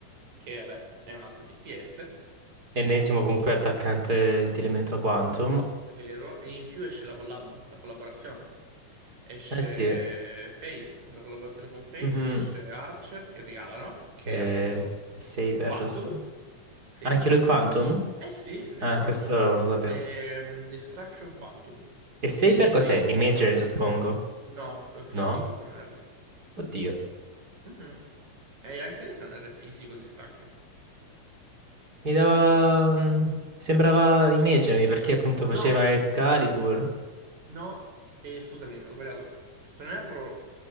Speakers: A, on the right (about 65°); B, on the right (about 30°).
A: che vabbè è un altro DPS,
B: ennesimo comunque attaccante di elemento quantum.
A: è vero, e in più esce la collab, la collaborazione. Esce
B: Eh sì,
A: Fate, la collaborazione con Fate,
B: Mhm.
A: ed esce Archer che regalano, che
B: Eh,
A: è appunto
B: è Saber,
A: Quantum.
B: giusto?
A: Sì.
B: Anche lui quantum?
A: Eh sì, lui
B: Ah,
A: è Quantum.
B: questo non lo sapevo.
A: Ehm, Destruction Quantum.
B: E Saber
A: È il primo
B: cos'è? Imaginary,
A: maschio.
B: suppongo.
A: No, eh, fisico
B: No?
A: se non erro.
B: Oddio.
A: Mhm. E anche lei se non erro è fisico Destruction.
B: Mi dava... mm, sembrava Imagery perché appunto faceva
A: No!
B: Excalibur.
A: No, e scusami, ho sbagliato. Se non erro,